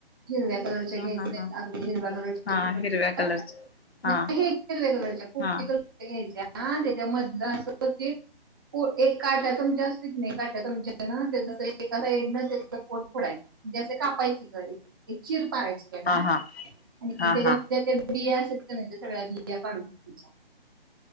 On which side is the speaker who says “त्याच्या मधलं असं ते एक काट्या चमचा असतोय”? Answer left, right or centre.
Right